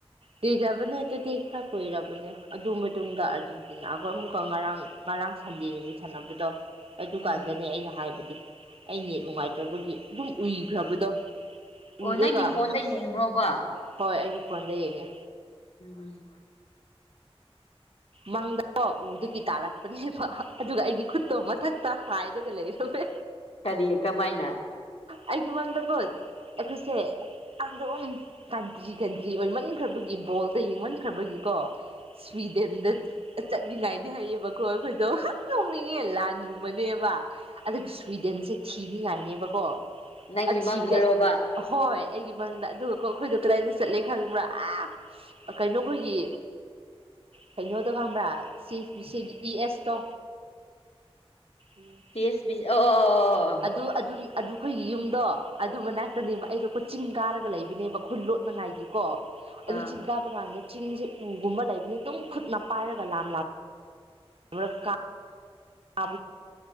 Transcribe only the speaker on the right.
ꯗꯤꯗꯕꯅꯦ ꯑꯗꯨꯗꯤ ꯏ ꯈꯥ ꯑꯣꯏꯔꯕꯅꯦ ꯑꯗꯨ ꯃꯇꯨꯡꯗ ꯑꯥꯔꯖꯦꯟꯇꯤꯅꯥꯒ ꯑꯃꯨꯛꯀ ꯉꯔꯥꯡ ꯉꯔꯥꯡ ꯁꯥꯟꯕꯤꯅꯤꯡꯉꯤ ꯁꯥꯟꯅꯕꯗꯣ ꯑꯗꯨꯀꯥꯟꯗꯅꯦ
ꯑꯩꯅ ꯍꯥꯏꯕꯗꯤ ꯑꯩꯅ ꯅꯨꯡꯉꯥꯏꯇꯕꯒꯤ ꯑꯗꯨꯝ ꯎꯏ ꯎꯈ꯭ꯔꯕꯗꯣ ꯎꯏꯔꯒ
ꯍꯣꯏ ꯑꯩꯒꯤ ꯐꯣꯟꯗ ꯌꯦꯡꯉꯦ
ꯃꯪꯗ ꯎꯗꯒꯤ ꯇꯥꯔꯛꯄꯅꯦꯕ ꯑꯗꯨꯒ ꯑꯩꯒꯤ ꯈꯨꯠꯇꯣ ꯃꯊꯛꯇ ꯍꯥꯏꯔꯒ ꯂꯩꯔꯝꯃꯦ
ꯑꯩꯒꯤ ꯃꯥꯡꯗꯀꯣ ꯑꯩꯈꯣꯏꯁꯦ ꯑꯗꯨꯝ ꯀꯟꯇ꯭ꯔꯤ ꯀꯟꯇ꯭ꯔꯤ ꯑꯣꯏꯃꯟꯈ꯭ꯔꯕꯒꯤ ꯕꯣꯜꯗ ꯌꯦꯡꯃꯟꯈ꯭ꯔꯕꯒꯤꯀꯣ ꯁꯋꯤꯗ ꯑꯥ ꯆꯠꯅꯤꯡꯉꯥꯏꯗꯤ ꯍꯥꯏꯌꯦꯕꯀꯣ ꯑꯩꯈꯣꯏꯗꯣ ꯅꯣꯡꯅꯤꯡꯉꯤ ꯂꯥꯟꯒꯨꯝꯕꯅꯦꯕ ꯑꯗꯨꯕꯨ ꯁ꯭ꯋꯤꯗꯦꯟꯁꯦ ꯊꯤꯅꯤꯡꯉꯥꯏꯅꯦꯕꯀꯣ
ꯑꯊꯤꯕꯗ
ꯍꯣꯏ ꯑꯩꯒꯤ ꯃꯪꯗ ꯑꯗꯨꯒꯀꯣ ꯑꯩꯈꯣꯏꯗꯣ ꯀꯗꯥꯏꯗ ꯆꯠꯂꯦ ꯈꯪꯕ꯭ꯔꯥ ꯑꯥ ꯑꯥ ꯀꯩꯅꯣꯈꯣꯏꯒꯤ ꯀꯩꯅꯣꯗꯣ ꯈꯪꯕ꯭ꯔꯥ ꯁꯤꯕꯤ ꯁꯤꯗꯤ ꯏ ꯑꯦꯁꯇꯣ ꯎꯝ
ꯑꯗꯨ ꯑꯗꯨꯟ ꯑꯗꯨꯈꯣꯏꯒꯤ ꯌꯨꯝꯗꯣ ꯑꯗꯨ ꯃꯅꯥꯛꯇꯅꯦꯕ ꯑꯩꯗꯣ ꯀꯣꯏꯆꯤꯡ ꯀꯥꯔꯒ ꯂꯩꯕꯅꯦꯕ ꯈꯨꯟꯂꯣ ꯕꯉꯥꯏꯒꯤꯀꯣ ꯑꯗꯨ
ꯆꯤꯡ ꯀꯥꯕ ꯀꯥꯟꯗ ꯆꯤꯡꯁꯦ ꯎꯒꯨꯝꯕ ꯂꯩꯕꯅꯤ ꯑꯗꯨꯝ ꯈꯨꯠꯅ ꯄꯥꯏꯔꯒ ꯂꯥꯝ ꯂꯥꯞ ꯔ ꯀꯥ ꯀꯥꯕꯩ